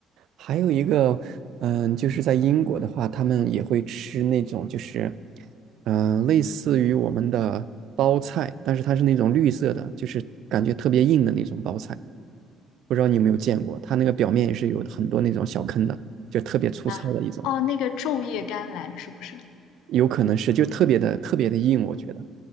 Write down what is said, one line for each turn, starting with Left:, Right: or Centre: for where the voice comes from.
Right: 还有一个，嗯，就是在英国的话，他们也会吃那种就是，嗯，类似于我们的包菜，但是它是那种绿色的，就是感觉特别硬的那种包菜。不知道你有没有见过，它那个表面也是有很多那种小坑的，就特别粗糙的一种，
Left: 啊。哦，那个昼夜甘蓝是不是？
Right: 有可能是就特别的特别的硬，我觉得。